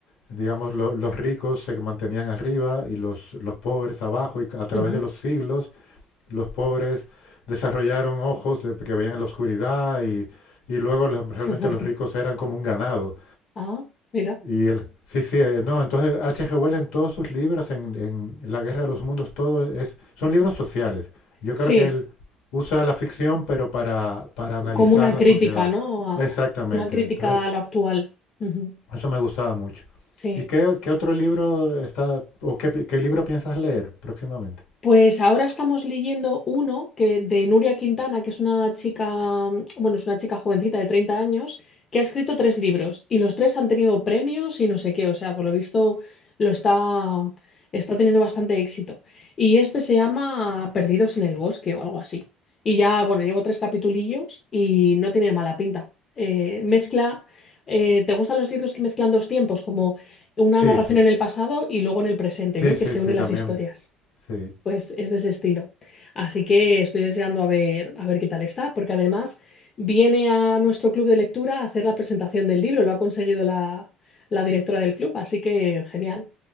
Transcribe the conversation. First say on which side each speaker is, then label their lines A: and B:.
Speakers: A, on the left; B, on the left.
A: digamos, lo- los ricos se mantenían arriba y los, los pobres abajo, y a través
B: ujú,
A: de los siglos los pobres desarrollaron ojos de- que veían en la oscuridad y, y luego la- realmente
B: Qué fuerte.
A: los ricos eran como un ganado.
B: Ah, mira.
A: Y él, sí, sí, eh, no, entonces H G Wells en todos sus libros, en, en La Guerra de los Mundos, todo es, son libros sociales. Yo
B: Sí,
A: creo que él usa la ficción, pero para, para analizar
B: como una
A: la
B: crítica,
A: sociedad.
B: ¿no? A-
A: Exactamente.
B: una crítica
A: Entonces,
B: a lo actual. Ujú,
A: eso me gustaba mucho.
B: Sí.
A: ¿Y qué, qué otro libro está, o qué, pi- qué libro piensas leer próximamente?
B: Pues ahora estamos leyendo uno que, de Nuria Quintana, que es una chica, mm, bueno, es una chica jovencita de 30 años, que ha escrito tres libros y los tres han tenido premios y no sé qué, o sea, por lo visto lo está, está teniendo bastante éxito. Y este se llama Perdidos en el bosque o algo así. Y ya, bueno, llevo tres capitulillos y no tiene mala pinta. Eh, mezcla, eh, ¿te gustan los libros que mezclan dos tiempos, como una
A: Sí,
B: narración
A: sí,
B: en el pasado y luego en el presente,
A: sí,
B: ¿no? Y
A: sí,
B: que se
A: sí,
B: unen
A: también,
B: las historias.
A: sí.
B: Pues es de ese estilo. Así que estoy deseando a ver, a ver qué tal está, porque además viene a nuestro club de lectura a hacer la presentación del libro, lo ha conseguido la, la directora del club, así que genial.